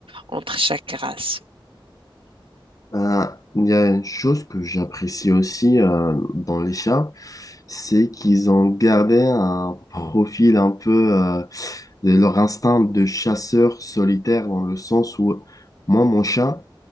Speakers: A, on the right; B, on the left.
A: entre chaque race.
B: Ben, il y a une chose que j'apprécie aussi euh, dans les chats, c'est qu'ils ont gardé un profil un peu euh, de leur instinct de chasseur solitaire dans le sens où moi, mon chat,